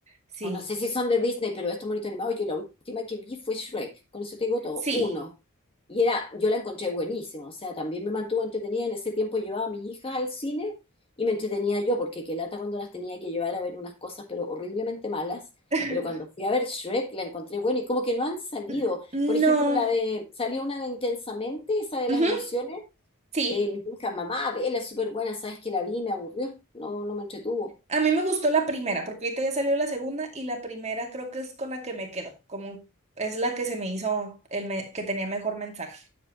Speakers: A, on the right; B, on the left.
A: Sí,
B: o no sé si son de Disney, pero estos monitos animados, yo la última que vi fue Shrek, con eso te digo todo,
A: sí.
B: uno. Y era, yo la encontré buenísima, o sea, también me mantuvo entretenida, en ese tiempo llevaba a mis hijas al cine y me entretenía yo, porque qué lata cuando las tenía que llevar a ver unas cosas, pero horriblemente malas,
A: <laughs>
B: pero cuando fui a ver Shrek la encontré buena y como que no han salido,
A: N-
B: por ejemplo,
A: No.
B: la de, salió una de Intensamente, esa de
A: Ujú,
B: las emociones,
A: Sí.
B: eh, mi hija, mamá, vela, es súper buena, sabes que la vi, y me aburrió, no, no me entretuvo.
A: A mí me gustó la primera, porque ahorita ya salió la segunda y la primera creo que es con la que me quedo, como es la que se me hizo el me- que tenía mejor mensaje.